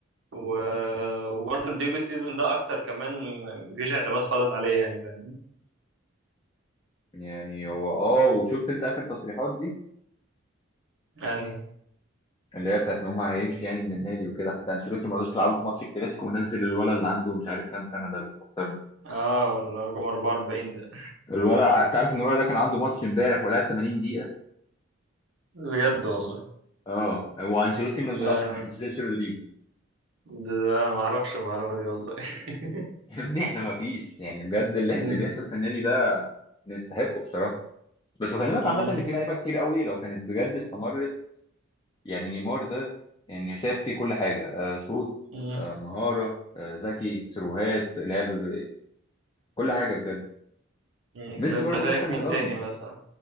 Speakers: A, on the right; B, on the left.
A: و- وبرضه رودريجو السيزون ده اكتر كمان مفيش اعتماد خالص عليه يعني فاهم
B: يعني هو اه وشفت انت اخر تصريحات دي
A: يعني
B: اللي هي بتاعت ان هم هيمشي يعني من النادي وكده حتى انشيلوتي ما رضاش يلعبه في ماتش الكلاسيكو ونزل الولد اللي عنده مش عارف كام سنه ده اللي خسرنا
A: اه والله رقم 44 ده
B: الولد ع- تعرف ان الولد ده كان عنده ماتش امبارح ولعب 80 دقيقه
A: بجد والله
B: اه هو انشيلوتي منزله
A: لا
B: عشان ما ينزلش رودريجو
A: ده, ده ما اعرفش المعلومة دي والله <laughs>
B: يا ابني احنا ما فيش يعني بجد اللي
A: مم.
B: اللي بيحصل في النادي ده نستحقه بصراحه بس بكلمك
A: مم.
B: عامه ان في لعيبه كتير قوي لو كانت بجد استمرت يعني نيمار ده يعني شايف فيه كل حاجه آه شوط
A: مم.
B: آه مهاره آه ذكي سيروهات لعب ب... كل حاجه بجد
A: مم.
B: ميسي
A: طب انت
B: برضه
A: شايف
B: نفس النظام
A: مين تاني مثلا